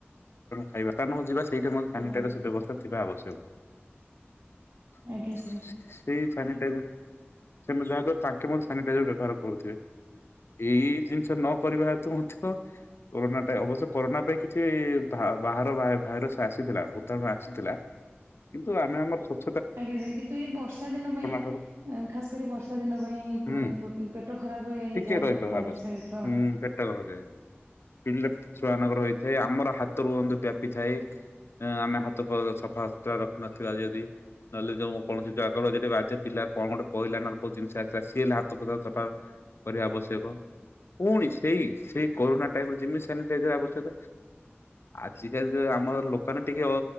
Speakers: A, on the left (about 65°); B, on the right (about 80°).
A: ଖାଇବା ନ ଯିବା ସେଇଠା ମଧ୍ୟ ସାନିଟାଇଜର
B: ଆଜ୍ଞା ସାର୍
A: ବ୍ୟବସ୍ଥା ଥିବା ଆବଶ୍ୟକ <inaudible>
B: ଆଜ୍ଞା ସାର୍
A: ସେଇ ସାନିଟାଇଜର ସେ ଯାହାକ ତାଙ୍କେ ମ ସାନିଟାଇଜର ବ୍ୟବହାର କର କରୁଥିବେ। ଏଇ ଜିନିଷ ନ କରିବା ହେତୁ ମଧ୍ୟ କରୋନାଟ ଅବଶ୍ୟ କରୋନା ପାଇଁ କିଛି ବାହାର ଭାଇରସ ଆସିଥିଲା ଭୂତାଣୁ ଆସିଥିଲା କିନ୍ତୁ ଆମେ ଆମର ସ
B: ଆଜ୍ଞା ଆଜ୍ଞା କିନ୍ତୁ ଏଇ ବର୍ଷା ଦିନ ପାଇଁ
A: ଠାରୁ
B: ଖାସ କରି ବର୍ଷା ଦିନ ପାଇଁ
A: ହୁଁ
B: ପେଟ ଖରାପ ହେଇଯାଏ
A: ଟିକେ ରହିଥିବା
B: ତାଙ୍କର
A: ଆବଶ୍ୟକ।
B: ସହିତ
A: ହୁଁ ପେଟ କଜାଏ ପିଲିଲେ ଛୁଆ ନଗର ହେଇ ଆମର ହାତ ରୁହନ୍ତୁ ବ୍ୟାପିଥାଏ ଆମେ ହାତ ସଫାସତୁରା ରଖୁନଥିଲା ଯଦି ନହେଲେ ଯୋଉ କୌଣସି ଜାଗର ଯି ବାଧ୍ୟ ପିଲା କଣ ଗୋଟେ କହିଲା ନା କୋଉ ଜିନିଷ ଆସିଲା ସିଏ ହେଲେ ହାତ ଫ ସଫା କରିବା ଆବଶ୍ୟକ ପୁଣି ସେଇ ସେଇ କରୋରୋନା ଟାଇମରେ ଯେମିତି ସାନିଟାଇଜର ଆବଶ୍ୟକ ଆଜିକାଲି ଆମର ଲୋକାନ ଟିକେ